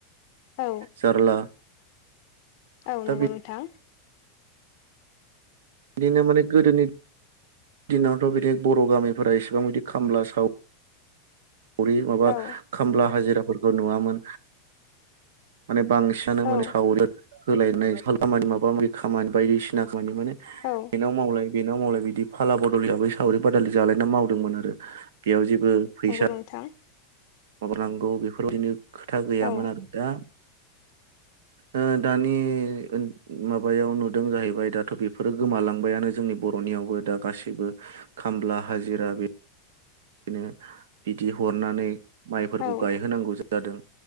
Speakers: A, on the left (about 45°); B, on the right (about 80°).
A: औ
B: जारला
A: औ
B: दा
A: नंगौ नोंथां।
B: बेनो माने गोदोनि दिनावथ' बिदि बर' गामिफोरा एसेबां बिदि खामला साव सावरि माबा
A: औ
B: खामला हाजिराफोरखौ नुवामोन माने बांसिनानो
A: औ
B: माने सावरो होलायनाय माबा मबि खामानि बायदिसिना मानि माने
A: औ
B: बेनाव मावलाय बेनाव मावलाय बिदि फाला बदल हिसाबै सावरि बादालि जालायना मावदोंमोन आरो। बेयाव जेबो फैसा
A: नंगौ नोंथां
B: माबानांगौ बेफोरबायदिनो खोथा गैयामोन
A: औ
B: आरो दा
A: <inaudible>
B: ओ दानि औन माबायाव नुदों जाहैबाय दाथ' बेफोरो गोमालांबायानो जोंनि बर'नियावबो दा गासैबो खामला हाजिरा बे बिनो बिदि हरनानै माइफोरखौ
A: औ
B: गायहोनांगौ जायो। जादों